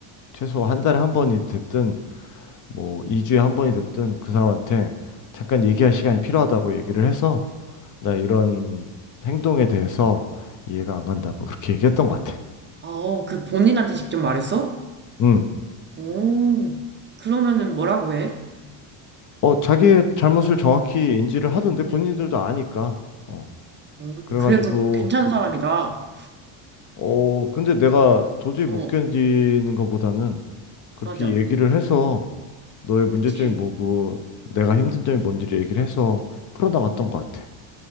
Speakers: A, on the left; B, on the right.
A: 최소 한 달에 한 번이 됐든 뭐 2주에 한 번이 됐든 그 사람한테 잠깐 얘기할 시간이 필요하다고 얘기를 해서 나 이런 행동에 대해서 이해가 안 간다고 그렇게 얘기했던 것 같아.
B: 아, 어, 그 본인한테 직접 말했어?
A: 음.
B: 오, 그러면은 뭐라고 해?
A: 어, 자기의 잘못을 정확히 인지를 하던데 본인들도 아니까. 어.
B: 어,
A: 그래가지고
B: 그래도 괜찮은 사람이다.
A: 어, 근데 내가 도저히
B: 어,
A: 못 견디는 것보다는 그렇게
B: 맞아.
A: 얘기를 해서 너의 문제점이
B: 그치.
A: 뭐고 내가 힘든 점이 뭔지를 얘기를 해서 풀어나갔던 것 같아.